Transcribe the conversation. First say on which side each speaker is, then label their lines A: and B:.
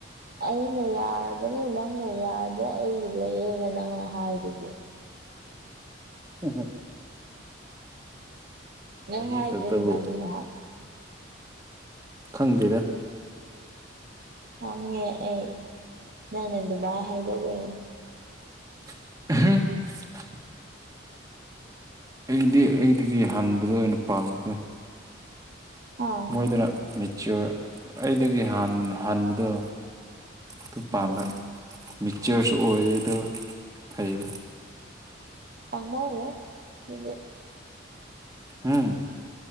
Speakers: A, on the right; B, on the right.
A: ꯑꯩꯅ ꯌꯥꯔꯕꯅꯦ ꯅꯪꯅ ꯌꯥꯗꯦ ꯑꯩ ꯂꯩꯌꯦꯅ ꯅꯪꯅ ꯍꯥꯏꯗꯨꯗꯤ
B: <unintelligible>
A: ꯅꯪ
B: ꯆꯍꯤ
A: ꯍꯥꯏꯗ꯭ꯔꯦ
B: ꯈꯛꯇꯕꯨ
A: ꯑꯗꯨꯃꯥꯏꯅ ꯅꯍꯥꯏ
B: ꯈꯪꯗꯦꯗ
A: ꯍꯪꯉꯦ ꯑꯩ ꯅꯪꯅ ꯑꯗꯨꯃꯥꯏ ꯍꯥꯏꯗꯣꯛꯂꯣꯏ
B: <unintelligible> ꯑꯩꯗꯤ ꯑꯩꯗꯒꯤ ꯍꯟꯕꯗꯣ ꯑꯣꯏꯅ ꯄꯥꯝꯃꯀꯣ
A: ꯑꯥ
B: ꯃꯣꯏꯗꯅ ꯃꯦꯆ꯭ꯋꯣꯔ ꯑꯩꯗꯒꯤ ꯍꯥꯟ ꯍꯥꯟꯕꯗꯣ ꯑꯗꯨ ꯄꯥꯝꯕ
A: ꯎꯝ
B: ꯃꯦꯆ꯭ꯋꯣꯔꯁꯨ ꯑꯣꯏꯌꯦꯗꯣ ꯐꯩꯕ
A: ꯑꯃꯣꯌꯣꯏ ꯗꯨꯗꯤ
B: ꯍꯨꯡ